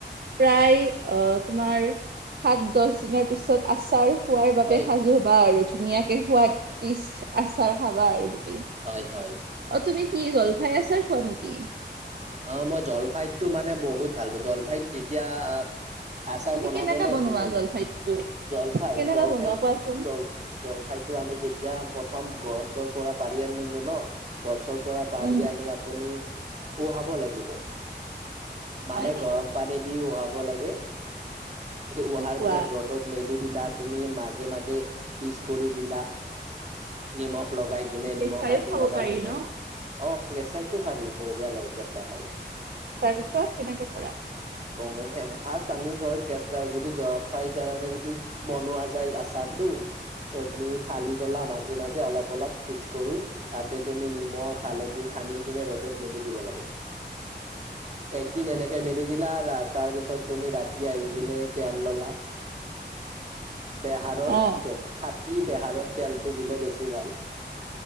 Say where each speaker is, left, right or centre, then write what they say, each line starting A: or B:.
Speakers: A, on the right (about 60°); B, on the right (about 40°).
A: প্ৰায় অ' তোমাৰ সাত দহ দিনৰ পিছত আচাৰ খোৱাৰ বাবে
B: হয়।
A: সাজু হ'বা আৰু, ধুনীয়া কে সোৱাদিস্ত আচাৰ খাবা আৰু তুমি।
B: হয়, হয়।
A: অ' তুমি কি জলফাই আচাৰ খোৱা নেকি?
B: অ' মই জলফাইটো মানে বহুত ভাল পাওঁ। জলফাইত তেতিয়া আহ আচাৰ
A: তুমি
B: বনাব
A: কেনেকা
B: ন
A: বনোৱা
B: ধুনীয়াকৰি,
A: জলফাইটো
B: জলফাই
A: কেনেকা
B: জলফাই
A: বনোৱা কোৱাচোন?
B: জল জলফাইটো আমি যেতিয়া প্ৰথম গছৰ পৰা পাৰি আনিলো ন, গছৰ পৰা পাৰি
A: উম
B: আনি আপুনি উহাব লাগিব, মানে
A: হয় নেকি
B: গৰম পানী দি উহাব লাগে। সেইটো উহাৰ
A: কি কোৱা?
B: পিছত ৰ'দত মেলি দিলা তুমি, মাজে মাজে পিচ কৰি দিলা নিমখ লগাই কিনে
A: কেঁচাইও
B: নিমখ হালধি
A: খাব
B: লগাই
A: পাৰি
B: কিনে
A: ন?
B: অ' কেঁচাইটো পাৰি মজা লাগে কেঁচা খাই।
A: তাৰপিছত কেনেকে কৰা?
B: অ'হেম ফাৰ্ষ্ট আমি ধৰ কেঁচাই যদি জলফাইৰ কাৰণে যদি বনোৱা যায় আচাৰটো। ত‌' তুমি ফালি থ'লা মাজে মাজে অলপ অলপ পিচ কৰি। তাতে তুমি নিমখ হালধি সানি কিনে ৰ'দত মেলি দিব লাগে। একদিন এনেকে মেলি দিলা, তা তাৰপিছত তুমি ৰাতি আহি কিনে তেল ল'লা বেহাৰৰ
A: অ
B: তেল। খাটী বেহাৰৰ তেলটো দিলে বেছি ভাল।